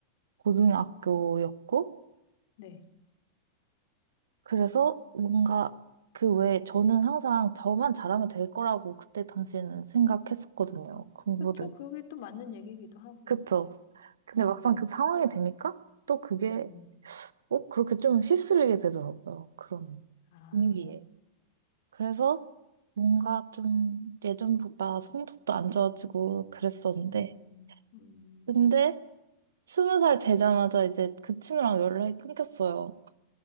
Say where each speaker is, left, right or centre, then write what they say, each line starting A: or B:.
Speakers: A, on the right; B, on the left.
A: 고등학교였고
B: 네.
A: 그래서 뭔가 그 외에 저는 항상 저만 잘하면 될 거라고 그때 당시에는 생각했었거든요.
B: 음,
A: 공부를.
B: 그쵸. 그게 또 맞는 얘기이기도 하고.
A: 그쵸? 근데
B: 네.
A: 막상 그 상황이 되니까 또 그게
B: 음.
A: 꼭 그렇게 좀 휩쓸리게 되더라고요. 그런
B: 아.
A: 분위기에. 그래서 뭔가 좀 예전보다 성적도 안 좋아지고 그랬었는데
B: 음. 음.
A: 근데 스무 살 되자마자 이제 그 친구랑 연락이 끊겼어요.